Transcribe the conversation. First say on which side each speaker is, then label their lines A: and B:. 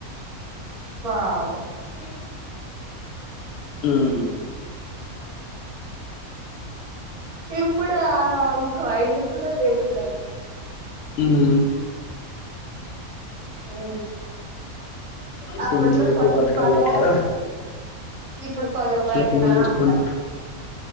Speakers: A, on the right; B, on the left.
A: వావ్
B: అ ఆహ్
A: ఇప్పుడా కాయిలు కూడా లేవుకదా
B: ఉహు
A: ఉ
B: ఇప్పుడు
A: అప్పట్లో
B: మీరు ఎప్పుడు
A: పది
B: బతకాలి
A: రూపాయల
B: అట్లా
A: ఇప్పుడు పది రూపాయలేనా
B: సెల్లు చూసుకుంటా
A: అంటాం